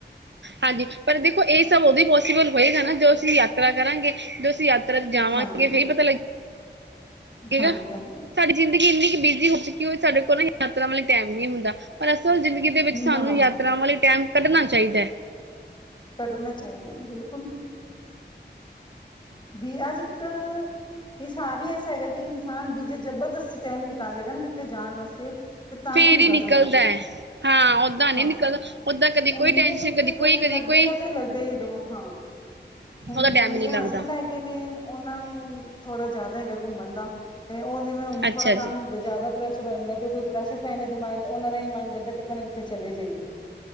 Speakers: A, on the right; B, on the left.
A: ਹਾਂਜੀ, ਪਰ ਦੇਖੋ ਏ ਸਭ ਓਦੋਂ ਪੋਸੀਬਲ ਹੋਏਗਾ ਨਾ ਜਦੋ ਅਸੀਂ ਯਾਤਰਾ ਕਰਾਂਗੇ, ਜਦੋ ਅਸੀਂ ਯਾ ਫੇਰ ਜਾਵਾਂਗੇ
B: ਹਾਂਜੀ
A: ਫੇਰ ਈ ਪਤਾ ਲੱਗੇ।
B: ਹਾਂਜੀ
A: ਗਾ,
B: ਹਾਂਜੀ
A: ਸਾਡੀ ਜ਼ਿੰਦਗੀ ਏੰਨੀ ਕੁ ਬਿਜ਼ੀ ਹੋ ਚੁੱਕੀ ਕਿ ਸਾਡੇ ਕੋਲ ਵੀ ਯਾਤਰਾ ਵੇਲੇ ਟਾਈਮ ਨਈ ਹੁੰਦਾ, ਪਰ ਅਸਲ ਜ਼ਿੰਦਗੀ ਦੇ ਵਿੱਚ ਸਾਨੂੰ
B: ਨਾ
A: ਯਾਤਰਾ ਵਾਲੇ ਟਾਏਮ ਕੱਢਣਾ ਚਾਈਦਾ।
B: ਕੱਢਣਾ ਚਾਈਦਾ ਬਿਲਕੁਲ। ਬੀ ਅੱਜ -ਕੱਲ੍ਹ ਹਿਸਾਬ ਹੀ ਐਸਾ ਹੈਗਾ ਕਿ ਇਨਸਾਨ ਬੀਜੀ ਜਬਰਦਸਤੀ ਟਾਈਮ ਨਿਕਾਲੇਗਾ ਨਾ ਕਿੱਤੇ ਜਾਣ ਵਾਸਤੇ ਤੇ ਤਾਂ
A: ਫੇਰ
B: ਹੀ ਨੀ ਜਾ
A: ਨਿਕਲਦਾ
B: ਸਕਦਾ
A: ਹੈ ਹਾਂ ਓਦਾਂ ਨਹੀਂ
B: ਹਾਂ,
A: ਨਿਕਲਦਾ ਓਦਾਂ ਕਦੀ
B: ਓਂਝ
A: ਕੋਈ ਟੈਨਸ਼ਨ
B: ਤੇ ਤੁਸੀਂ
A: ਕਦੀ
B: ਬਸ
A: ਕੋਈ ਕਦੀ
B: ਲੱਗੇ
A: ਕੋਈ
B: ਰਓ ਤੇ ਲੱਗੇ ਹੀ ਰਓ ਹਾਂ, ਹੁਣ
A: ਉਹਦਾ ਟਾਈਮ
B: ਮੇਰੇ
A: ਹੀ ਨਹੀਂ ਲੱਗਦਾ।
B: ਹਸਬੈਂਡ ਆ ਹੈਗੇ ਨੇ ਓਨਾਂ ਨੂੰ ਥੋੜਾ ਜ਼ਾਦਾ ਹੈਗਾ ਘੁੰਮਣ ਦਾ, ਤੇ ਓ ਜਿਵੇਂ ਹਣ
A: ਅੱਛਾ
B: ਥੋੜਾ ਕੰਮ
A: ਜੀ
B: ਹੁੰਦਾ ਜ਼ਿਆਦਾ ਪ੍ਰੈਸ਼ਰ ਹੋ ਜਾਂਦਾ, ਤੇ ਕੋਈ ਪ੍ਰੈਸ਼ਰ ਪੈਂ ਜਾਂਦਾ ਦਿਮਾਗ ਓਨਾਂ ਦਾ ਏ ਮਨ ਕਰਦਾ, ਕਿੱਤੇ ਨਾ ਕਿੱਤੇ ਚਲੇ ਜਾਈਏ।